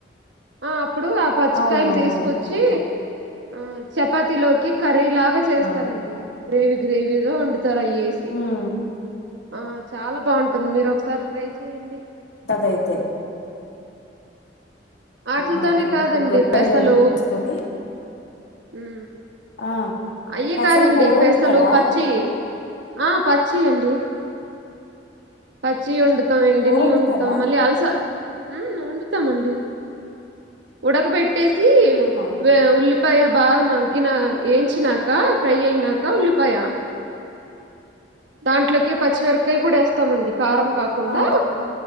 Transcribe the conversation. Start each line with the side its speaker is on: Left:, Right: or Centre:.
Right: ఆ ఇప్పుడు ఆ పచ్చికాయలు
Left: అవునవును
Right: తీసుకొచ్చి ఆ చపాతిలోకి కర్రీ ఇలాగా చేస్తారండి
Left: ఆ
Right: గ్రేవీ గ్రేవీగా వండుతారు అయ్యేసి
Left: ఉమ్
Right: ఆ చాలా బాగుంటుంది మీరు ఒకసారి ట్రై చేయండి
Left: తదైతే
Right: ఆటిలతోనే
Left: ఆ
Right: కాదండి
Left: ఇక్కడ దొరుకుతాయిలేండి
Right: పెసళ్లు
Left: తీసుకొని
Right: ఉ
Left: ఆ
Right: అయ్యి
Left: పెసలు
Right: కాదండి
Left: కూర
Right: పెసర్లు
Left: వండుతారా
Right: పచ్చియి ఆ పచ్చియండి పచ్చియి వండుతాం ఎండినయి
Left: కూర వండుతారా
Right: వండుతాం మళ్ళీ అలస ఉమ్ వండుతామండి ఉడక పెట్టేసి
Left: ఆహా
Right: వే ఉల్లి ఉల్లిపాయ బాగా మగ్గిన ఏంచినాక ఫ్రై అయినాక ఉల్లిపాయ దాంట్లోకి పచ్చిమిరకాయ కూడా వేస్తామండి కారం కాకుండా
Left: ఆహా